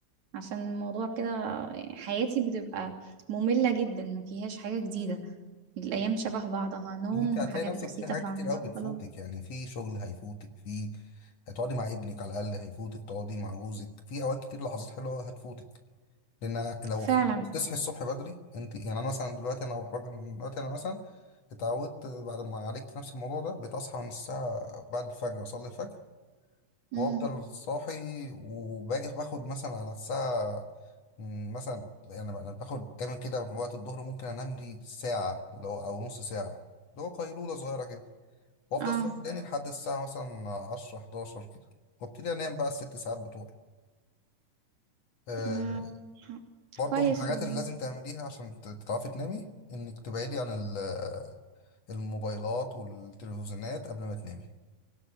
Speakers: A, on the right; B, on the left.
A: عشان الموضوع كده حياتي بتبقى مملة جدا ما فيهاش حاجة جديدة الايام شبه بعضها نوم
B: وانت هتلاقي
A: وحاجات
B: نفسك
A: بسيطة
B: في حاجات
A: بعملها
B: كتير قوي بتفوتك
A: وخلاص
B: يعني في شغل هيفوتك في هتقعدي مع ابنك على الاقل هيفوتك تقعدي مع جوزك في اوقات كتير لحظات حلوه قوي هتفوتك لان لو
A: فعلا
B: في- تصحي الصبح بدري انت يعني انا مثلا دلوقتي انا راجل دلوقتي انا مثلا اتعودت بعد ما عالجت نفس الموضوع ده بتصحى من الساعه بعد الفجر اصلي الفجر
A: امم
B: وافضل صاحي وباجي باخد مثلا على الساعه مم، مثلا انا انا باخد دايما كده وقت الظهر ممكن انام لي ساعه لو- او نص ساعه اللي هو قيلوله صغيره كده وافضل
A: اه
B: صاحي تاني لحد الساعه مثلا 10 11 كده وابتدي انام بقى الست ساعات بتوعي آه
A: آه،
B: برضو
A: كويس
B: من الحاجات
A: والله
B: اللي لازم تعمليها عشان ت- تعرفي تنامي انك تبعدي عن ال- الموبايلات والتلفزيونات قبل ما تنامي